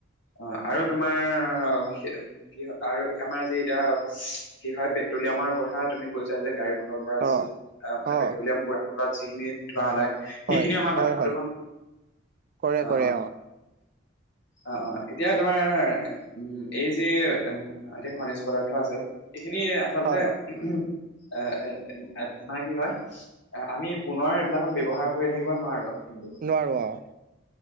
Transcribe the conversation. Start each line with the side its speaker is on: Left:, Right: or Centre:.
Left: অ আৰু তোমাৰ কি হয় আৰু আমাৰ যি এতিয়া কি হয় পেট্ৰলিয়ামৰ কথা তুমি কৈছা যে, গাড়ী-মটৰ
Right: অ',
Left: যি মানে
Right: অ',
Left: পেট্ৰলিয়াম পুৰাত যিখিনি ধোৱ ওলাই সেইখিনি
Right: হয়
Left: আমাৰ
Right: হয়
Left: বায়ুপদূৰষণ
Right: হয়। কৰে
Left: অ
Right: কৰে
Left: অ, অ অ এতিয়া তোমাৰ উ এই যি এতিয়া খনিজ পদাৰ্থ আছে। এইখিনি আচলতে
Right: হয়।
Left: এ মানে কি হয়! আমি পুনৰ এইবিলাকত ব্যৱহাৰ কৰি থাকিব নোৱাৰো কিন্তু।
Right: নোৱাৰো অ',